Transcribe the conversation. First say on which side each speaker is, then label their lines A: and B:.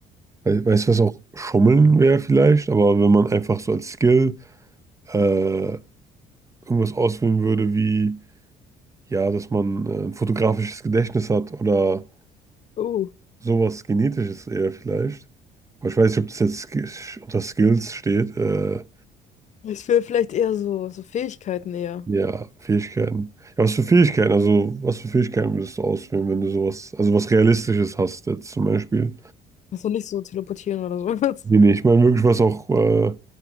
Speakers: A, on the right; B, on the left.
A: We- Weißt du, was auch Schummeln wäre vielleicht, aber wenn man einfach so als Skill äh, irgendwas auswählen würde, wie ja, dass man äh, ein fotografisches Gedächtnis hat oder
B: Oh.
A: sowas Genetisches eher vielleicht. Aber ich weiß nicht, ob das jetzt Sk- unter Skills steht. Äh,
B: Ich will vielleicht eher so, so Fähigkeiten eher.
A: ja, Fähigkeiten. Ja, was für Fähigkeiten? Also, was für Fähigkeiten würdest du auswählen, wenn du sowas, also was Realistisches hast, jetzt zum Beispiel?
B: Also nicht so teleportieren oder so. <laughs>
A: Nee, nee, ich meine wirklich, was auch äh,